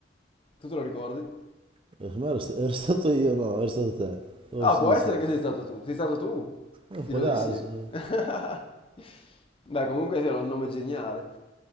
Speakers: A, on the left; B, on the right.
A: Tu te lo ricordi?
B: secondo me ero, sta- ero stato io, no, ero stato te. O
A: Ah,
B: ci
A: può
B: dici?
A: essere che sei stato tu. Sei stato tu.
B: Eh,
A: Stilosissimo.
B: Può darsi, no?
A: <laughs> Beh, comunque sì, era un nome geniale.